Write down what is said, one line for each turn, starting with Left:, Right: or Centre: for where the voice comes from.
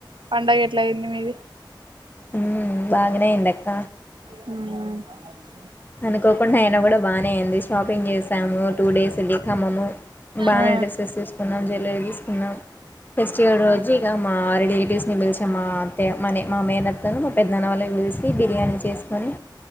Right: పండగ ఎట్లాయింది మీది
Left: ఉ బాగనేయిందక్క
Right: ఆ
Left: అనుకోకుండా అయిన కూడా బాగానే అయింది షాపింగ్ చేసాము టూ డేస్ ఎల్లి ఖమ్మము బాగానే
Right: ఆ
Left: డ్రెస్సెస్ తీసుకున్నాం జ్యవలరీ తీసుకున్నాం ఫెస్టివల్ రోజు ఇగ మా రిలేటివ్స్ ని పిలిచమ్మా అంటే మనే మా మేనత్తను మా పెద్దనాన్న వాళ్ళకి పిలిసి బిర్యానీ చేసుకొని